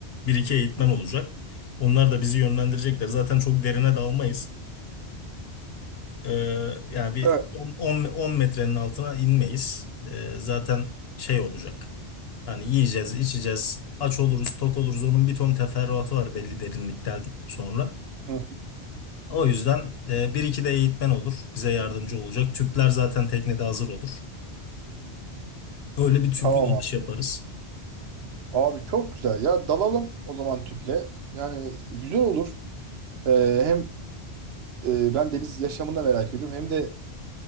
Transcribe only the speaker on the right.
Evet.
Hı hı.
Tamam
abi.
Abi çok güzel ya dalalım o zaman tüple. Yani güzel olur. Ee, hem e, ben deniz yaşamını da merak ediyorum. Hem de